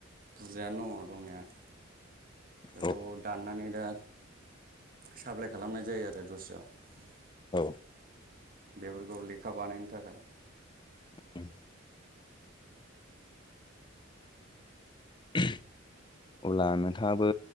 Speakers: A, on the right; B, on the left.
A: बुरजायानो दङ' दंनाया। बेखौ
B: औ
A: दाननानै दा साप्लाइ खालामनाय जायो आरो दस्रायाव।
B: औ
A: बेफोरखौ लेखा बानायनो थाखाय
B: बे अब्ला नोंथाङाबो